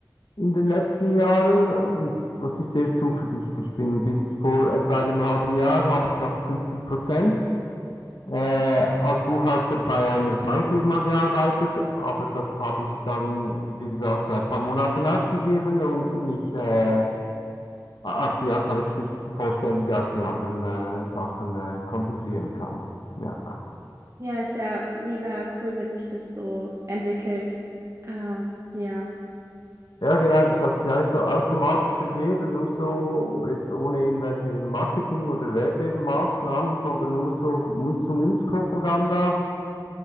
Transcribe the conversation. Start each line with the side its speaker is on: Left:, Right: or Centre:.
Left: in den letzten Jahren und dass ich sehr zuversichtlich bin. Bis vor etwa einem halben Jahr habe ich noch 50 Prozent äh, als Buchhalter bei einer Baufirma gearbeitet, aber das habe ich dann, wie gesagt, vor ein paar Monaten aufgegeben und mich äh, auf die, damit ich mich vollständig auf die anderen äh, Sachen äh, konzentrieren kann. Ja.
Right: Ja, ist ja mega cool, wenn sich das so entwickelt. Ähm, ja.
Left: Ja, genau, das hat sich eigentlich so automatisch ergeben, nur so jetzt ohne irgendwelche Marketing- oder Werbemaßnahmen, sondern nur so Mund-zu-Mund-Propaganda.